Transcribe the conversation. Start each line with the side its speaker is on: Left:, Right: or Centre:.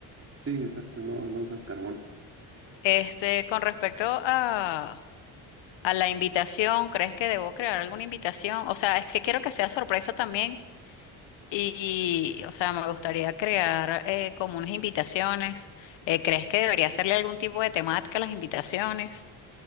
Right: Sí, exacto, no, no usas carbón.
Left: Este, con respecto a, A la invitación, ¿crees que debo crear alguna invitación? O sea, es que quiero que sea sorpresa también y, o sea, me gustaría crear eh, como unas invitaciones. Eh, ¿crees que debería hacerle algún tipo de temática a las invitaciones?